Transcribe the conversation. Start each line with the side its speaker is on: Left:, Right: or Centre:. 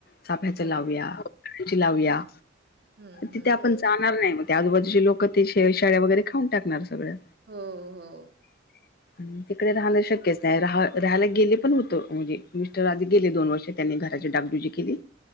Left: चाफ्याच
Right: हो.
Left: लावूया, झेंडूची लाऊया
Right: हं, हं.
Left: तिथे आपण, जाणार नाही मग ते आजूबाजूचे लोक ते शे शाळे वगैरे खाऊन टाकणार सगळ.
Right: हो हो
Left: <unintelligible> तिकडे राहणं शक्यच नाही राहा राहायला गेले पण होत म्हणजे मिस्टर आधी गेले दोन वर्षे, त्यांनी घराची डागडुजी केली